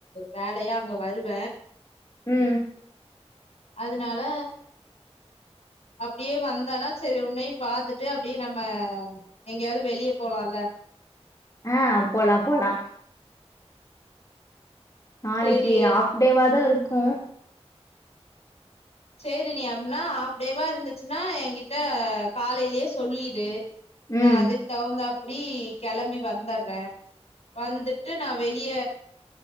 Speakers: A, on the left; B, on the left.
A: வேலையா அங்க வருவ
B: ம்
A: அதனால அப்டியே வந்தானா செரி உன்னையு பாத்துட்டு அப்டியே நம்ம எங்கியாது வெளியே போலால்ல
B: ஆ போலா போலா நாளைக்கி
A: சேரி
B: ஹாஃப் டேவாதா இருக்கு
A: சேரி நீ அப்டினா ஹாப்டேவா இருந்துச்சுன்னா என்கிட்ட காலையிலயே சொல்லிடு நா
B: ம்
A: அதுக்கு தகுந்தாப்பிடி கெளம்பி வந்தற்றே வந்துட்டு நா வெளிய